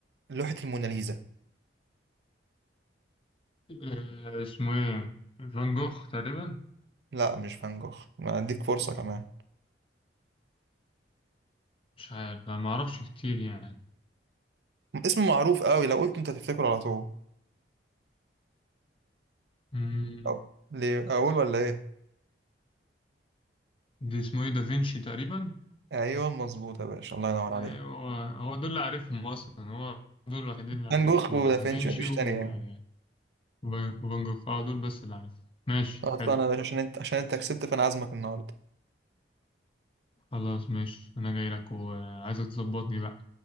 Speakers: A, on the right; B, on the left.
A: لوحة الموناليزا
B: أه اسمه ايه فان جوخ تقريبا
A: لا مش فان جوخ ما هديك فرصة كمان
B: مش عارف انا معرفش كتير يعني
A: اسم معروف قوي لو قلت انت هتفتكره على طول
B: مم.
A: أو- ليه اقول ولا ايه
B: دي اسمه ايه دافينشي تقريبا
A: ايوه مظبوط يا باشا الله ينور عليك
B: ايوه هو دول اللي عارفهم اصلا هو دول الوحيدين اللي
A: فان
B: عارفهم
A: جوخ ودافنشي
B: دافينشي
A: مفيش
B: و-
A: تاني يعني
B: وفان وفان جوخ اه دول بس اللي عارفهم ماشي
A: اصلا
B: حلو
A: انا يا باشا عشان انت عشان انت كسبت فانا عازمك النهارده
B: خلاص ماشي انا جاي لك وعايزك تظبطني بقى